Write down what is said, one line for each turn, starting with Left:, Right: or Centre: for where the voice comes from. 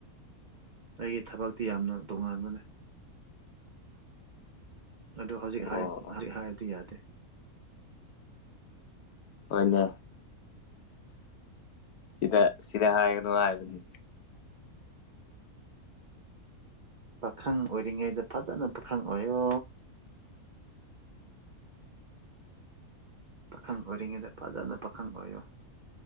Right: ꯑꯩꯒꯤ ꯊꯕꯛꯇꯤ ꯌꯥꯝꯅ ꯇꯣꯉꯥꯟꯕꯅꯦ ꯑꯗꯨ ꯍꯧꯖꯤꯛ ꯍꯥꯏꯕ
Left: ꯑꯣ
Right: ꯍꯧꯖꯤꯛ ꯍꯥꯏꯕꯗꯤ ꯌꯥꯗꯦ
Left: ꯍꯣꯏꯅꯦ ꯁꯤꯗ ꯁꯤꯗ ꯍꯥꯏꯒꯅꯨ ꯍꯥꯏꯕꯅꯤ
Right: ꯄꯥꯈꯪ ꯑꯣꯏꯔꯤꯉꯩꯗ ꯐꯖꯅ ꯄꯥꯈꯪ ꯑꯣꯏꯌꯣ ꯄꯥꯈꯪ ꯑꯣꯏꯔꯤꯉꯩꯗ ꯐꯖꯅ ꯄꯥꯈꯪ ꯑꯣꯏꯌꯣ